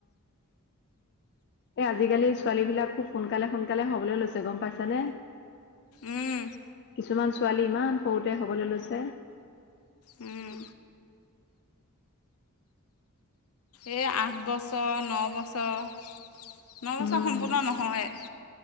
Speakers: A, on the left (about 50°); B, on the left (about 70°).
A: এ আজিকালি ছোৱালী বিলাক খুব সোনকালে সোনকালে হবলৈ লৈছে তে গম পাইছা নে
B: উম,
A: কিছুমান ছোৱালী ইমান সৰুতে হ'বলৈ লৈছে
B: উম এই আঠ বছৰ ন বছৰ। ন বছৰ
A: উম
B: সম্পূৰ্ণ নহয়